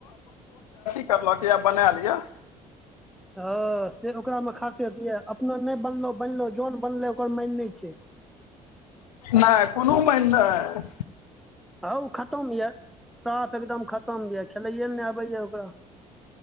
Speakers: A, on the left; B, in the centre.
A: करलय के आब बनालिअ
B: हँ से ओकरामे खासियत यए अपो नहि बनलो बनलो जन बनलै ओकर मान नहि छै
A: नहि कोनो माईन नहि
B: हँ ओ खतम यऽ साफ एकदम खतम यऽ खेलैए ल नहि आबैए ओकरा <inaudible>